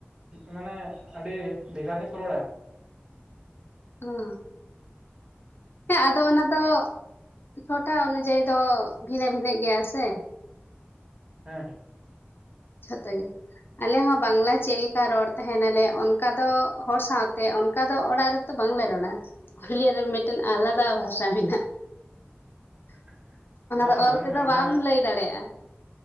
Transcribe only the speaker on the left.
ᱳᱸ ᱾ ᱦᱮᱸ ᱟᱫᱚ ᱚᱱᱟ ᱫᱚ <inaudible> ᱴᱚᱴᱷᱟ ᱚᱱᱩᱡᱟᱭᱤ ᱫᱚ ᱵᱷᱤᱱᱟᱹ ᱵᱷᱤᱱᱟᱹᱜ ᱜᱮᱭᱟ ᱥᱮ ᱾
ᱡᱷᱚᱛᱚ ᱜᱮ᱾ ᱟᱞᱮ ᱦᱚᱸ ᱵᱟᱝᱞᱟ ᱪᱮᱫ ᱞᱮᱠᱟ ᱨᱚᱲ ᱛᱟᱦᱮᱱ ᱟᱞᱮ ᱚᱱᱠᱟ ᱫᱚ ᱦᱚᱲ ᱥᱟᱶᱛᱮ ᱚᱱᱠᱟ ᱫᱚ ᱚᱲᱟᱜ ᱨᱮ ᱫᱚ ᱵᱟᱝᱞᱮ ᱨᱚᱲᱟ ᱾ <inaudible> ᱯᱩᱨᱩᱞᱤᱭᱟᱹ ᱨᱮ ᱢᱤᱫᱴᱮᱱ ᱟᱞᱟᱫᱟ ᱵᱷᱟᱥᱟ ᱢᱮᱱᱟᱜ
<inaudible> ᱚᱱᱟ
ᱫᱚ ᱚᱞ
ᱛᱮᱫᱚ
ᱵᱟᱢ ᱞᱟᱹᱭ ᱫᱟᱲᱮᱭᱟᱜ-ᱟ᱾